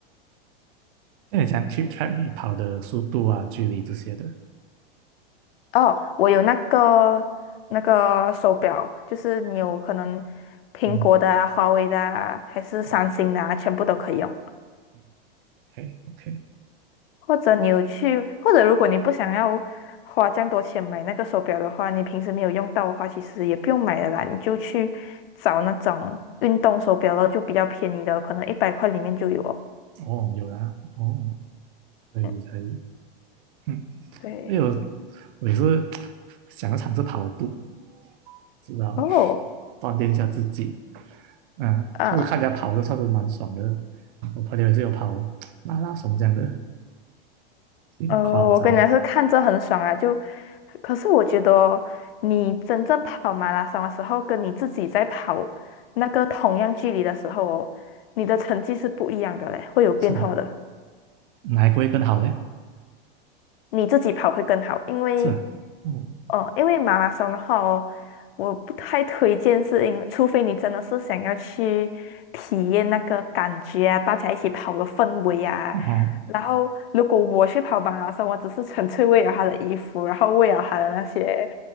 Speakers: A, on the right (about 60°); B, on the left (about 70°).
A: 那你讲 keep track 你跑的速度啊、距离这些的，
B: 哦，我有那个那个手表，就是你有可能苹果的啊、
A: 嗯
B: 华为的啊，还是三星的啊，
A: 嗯
B: 全部都可以用。
A: 嗯，，OK OK，
B: 或者你有去，或者如果你不想要花这样多钱买那个手表的话，你平时没有用到的话，其实也不用买了啦，你就去找那种运动手表了，就比较便宜的，可能一百块里面就有哦。
A: 哦，有啦，哦，可以可以，
B: 嗯，
A: 嗯，
B: 对。
A: 哎呦，我我也是 <tsk> 想要尝试跑步，知道
B: 哦，
A: 锻炼一下自己，嗯，
B: 啊，
A: 就是看人家跑，的算是蛮爽的。我朋友也是有跑 <tsk> 马拉松这样的，有点夸张，
B: 呃，我跟你讲是看着很爽啊，就，可是我觉得哦你真正跑马拉松的时候，跟你自己在跑那个同样距离的时候哦，你的成绩是不一样的嘞，会有变化的。
A: 是啊，哪一个会更好呢？
B: 你自己跑会更好，因为，
A: 是啊，哦，
B: 哦，因为马拉松的话哦，我不太推荐，是因为除非你真的是想要去体验那个感觉啊，大家一起跑的氛围啊。
A: 哦吼。
B: 然后，如果我去跑马拉松，我只是纯粹为了他的衣服，然后为了他的那些